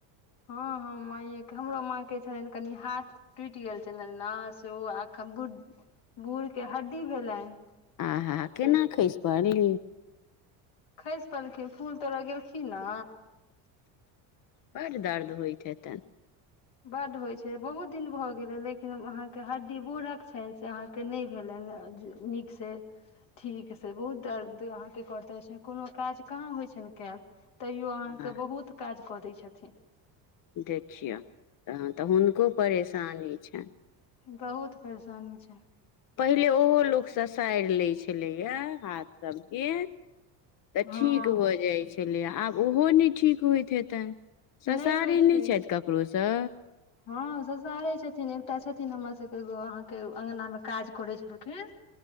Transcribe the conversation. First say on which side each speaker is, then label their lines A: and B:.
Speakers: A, on the left; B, on the left.
A: हँ हँ माइये के हमरो माँ के छलनि कनि हाथ टूईट गेल छै न से ओ अखन बुढ़ बूढ़ के हड्डी भेलनि
B: आहाहा केना
A: से
B: खैस परलै
A: खैस परलखिन फूल तोड़ गेलखिन न
B: बड दर्द होइत हेतनि
A: बड्ड होइ छलै बहुत दिन भऽ गेलै लेकिन अहाँके हड्डी बूढ़क छनि से अहाँके के नयी भेलनि जे नीकसे ठीक से बहुत दर्द अहाँके करते छै कोनो काज कहाँ होइ छनि कैयल तैयो अहाँके
B: आ
A: बहुत काज कऽ दै छथिन
B: देखियौन तहन तऽ हुनको परेशानी छनि
A: बहुत परेशानी छै
B: पहिले ओहो लोक ससाईर लै छलैया हाथ सभके तऽ
A: हँ
B: ठीक भऽ जाइत छलै आब ओहो नहि ठीक होइत हेतनि
A: नहि
B: ससारी
A: होइ छै
B: नयी छथि ककरोसँ
A: हँ ससारै छथिन एकटा छथिन हमर सबके एगो अहाँके अंगना मे काज करै छलखिन